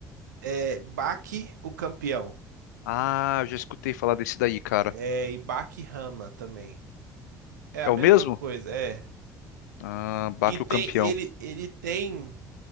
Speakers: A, on the right; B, on the left.
A: É Baki, o campeão.
B: Ah, eu já escutei falar desse daí, cara.
A: É, e Baki Hama também. É
B: É
A: a
B: o
A: mesma
B: mesmo?
A: coisa, é.
B: Ah, Baque
A: E tem,
B: o Campeão.
A: ele, ele tem